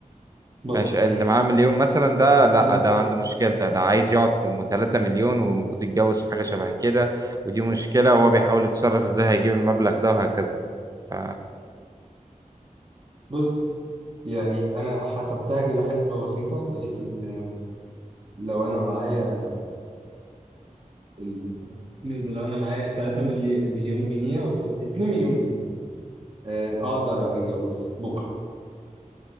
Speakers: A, on the right; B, on the right.
A: بص
B: ماشي اللي معاه مليون مثلا
A: بص
B: ده لا
A: أنا
B: ده عنده مشكلة ده عايز يقعد في ام 3 مليون والمفروض يتجوز في حاجة شبه كده ودي مشكلة وهو بيحاول يتصرف ازاي هيجيب المبلغ ده وهكذا ف
A: بص يعني أنا حسبتها كده حسبة بسيطة لقيت إن لو أنا معايا ال... اسمه إيه ده لو أنا معايا 3 مليون جنيه أو 2 مليون جنيه آه، أقدر أتجوز بكرة